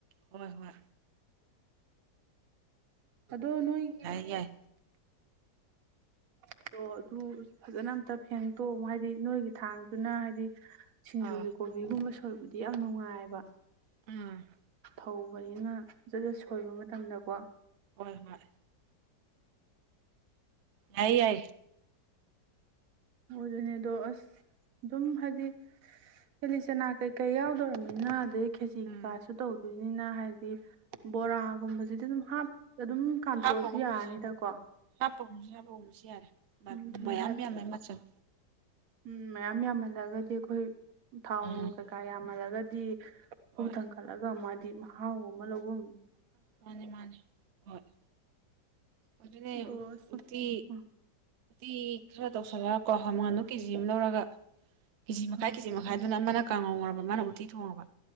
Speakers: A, on the right; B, on the right.
A: ꯍꯣꯏ ꯍꯣꯏ
B: ꯑꯗꯣ ꯅꯣꯏ
A: ꯌꯥꯏ ꯌꯥꯏ
B: ꯑꯗꯣ ꯑꯗꯨ ꯐꯖꯅ ꯑꯝꯇ ꯐꯦꯡꯇꯣꯛꯑ ꯍꯥꯏꯗꯤ ꯅꯣꯏꯒꯤ ꯊꯥꯡꯗꯨꯅ ꯍꯥꯏꯗꯤ ꯁꯤꯡꯖꯨꯒꯤ
A: ꯑꯥ
B: ꯀꯣꯕꯤꯒꯨꯝꯕ ꯁ ꯑꯩꯈꯣꯏꯕꯨꯗꯤ ꯌꯥꯝ ꯅꯨꯡꯉꯥꯏꯕ
A: ꯎꯝ
B: ꯍꯧꯕꯅꯤꯅ ꯖꯠ ꯖꯠ ꯁꯣꯏꯕ ꯃꯇꯝꯗꯀꯣ
A: ꯍꯣꯏ ꯍꯣꯏ ꯌꯥꯏ ꯌꯥꯏ
B: ꯑꯣꯏꯗꯨꯅꯦ ꯑꯗꯣ ꯑꯁ ꯑꯗꯨꯝ ꯍꯥꯏꯗꯤ ꯀꯦꯂꯤꯆꯅꯥ ꯀꯩꯀꯩ ꯌꯥꯎꯗꯧꯔꯃꯤꯅ ꯑꯗꯗꯒꯤ ꯈ‌ꯦꯁꯤ
A: ꯎꯝ
B: ꯀꯥꯁꯨ ꯇꯧ ꯑꯗꯨꯅꯤꯅ ꯍꯥꯏꯗꯤ ꯕꯣꯔꯥꯒꯨꯝꯕꯁꯤꯗꯤ ꯑꯗꯨꯝ ꯍꯥꯞ ꯑꯗꯨꯝ ꯀꯥꯝꯊꯣꯛꯑꯁꯨ
A: ꯍꯥꯞꯄꯒꯨꯝꯁꯤ
B: ꯌꯥꯔꯅꯤꯗꯀꯣ
A: ꯍꯥꯞꯄꯒꯨꯝꯁꯨ ꯍꯥꯞꯄꯒꯨꯝꯁꯨ ꯌꯥꯔꯦ ꯃ
B: ꯑꯗꯨꯅꯦ
A: ꯃꯌꯥꯝ ꯌꯥꯝꯃꯦꯌꯥꯝꯃ‌ꯦ ꯃꯆꯜ
B: ꯎꯝ ꯃꯌꯥꯝ ꯌꯥꯝꯍꯜꯂꯒꯗꯤ ꯑꯩꯈꯣꯏ ꯊꯥꯎꯅꯅꯨꯡ
A: ꯎꯝ
B: ꯀꯩꯀꯥꯏ ꯌꯥꯝ ꯑꯃ ꯂꯒ ꯒꯤ ꯕꯨ
A: ꯍꯣꯏ
B: ꯊꯪ ꯀꯂꯒ ꯃꯥꯗꯤ ꯃꯍꯥꯎꯒꯨꯝ ꯑꯃ ꯂꯧꯕ
A: ꯃꯥꯅꯦ ꯃꯥꯅꯦ ꯍꯣꯏ ꯑꯗꯨꯅꯦ
B: ꯑꯗꯣ ꯑꯁ
A: ꯎꯠꯇꯤ
B: ꯎꯝ
A: ꯤ ꯈꯔ ꯇꯧꯁꯜꯂꯛꯒ ꯀꯣ ꯍꯃꯜꯗꯣ ꯀꯦꯖꯤ ꯑꯃ ꯂꯧꯔꯒ ꯀꯦꯖꯤ ꯃꯈꯥꯏ
B: ꯎꯝ
A: ꯀꯦꯖꯤ ꯃꯈꯥꯏꯗꯨꯅ ꯑꯃꯅ ꯀꯉꯧꯔꯕ ꯃꯥꯅ ꯎꯇꯤ ꯊꯣꯡꯉꯔꯕ